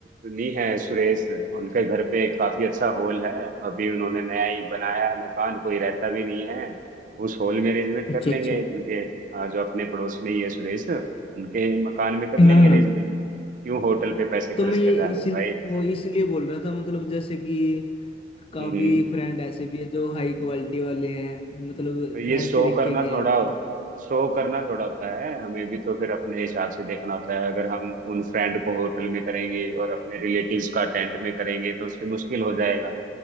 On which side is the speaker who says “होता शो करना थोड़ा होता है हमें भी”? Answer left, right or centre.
Right